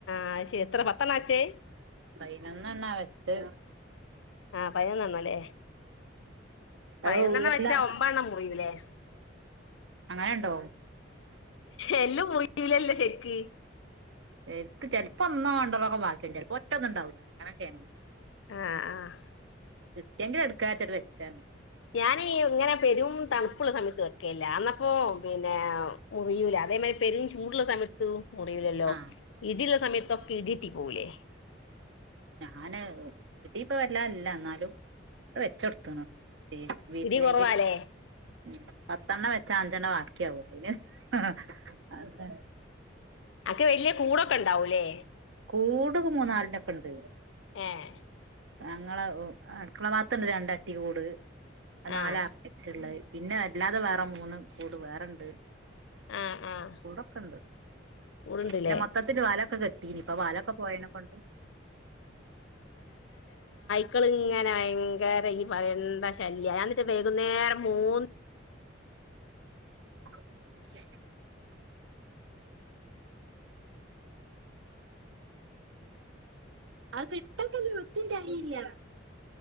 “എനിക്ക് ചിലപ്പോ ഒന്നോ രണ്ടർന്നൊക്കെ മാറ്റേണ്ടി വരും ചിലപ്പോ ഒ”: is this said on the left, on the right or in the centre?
Right